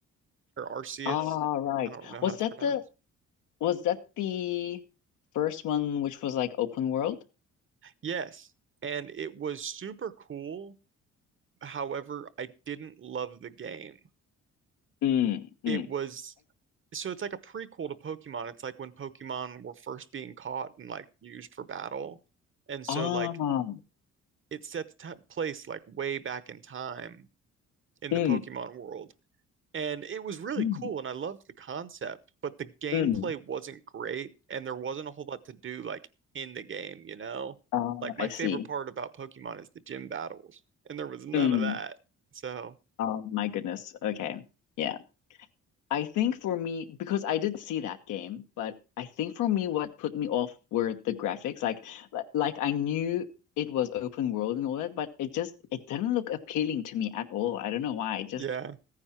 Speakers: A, on the right; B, on the left.
A: or Arceus.
B: All right.
A: I don't know how
B: Was
A: it's
B: that
A: pronounced.
B: the was that the first one which was like open world?
A: Yes, and it was super cool. However, I didn't love the game.
B: Mm,
A: It
B: mm.
A: was so it's like a prequel to Pokemon. It's like when Pokemon were first being caught and like used for battle. And so
B: Ah,
A: like it sets t place like way back in time in
B: mm,
A: the Pokemon world. And it was really
B: mm,
A: cool, and I loved the concept, but the gameplay
B: mm.
A: wasn't great, and there wasn't a whole lot to do like in the game, you know?
B: Uh,
A: Like my
B: I
A: favorite
B: see.
A: part about Pokemon is the gym battles, and there was none
B: Mm.
A: of that. So,
B: Oh my goodness. Okay. Yeah. I think for me, because I did see that game, but I think for me, what put me off were the graphics. Like, li- like I knew it was open world and all that, but it just it didn't look appealing to me at all. I don't know why. I just
A: yeah.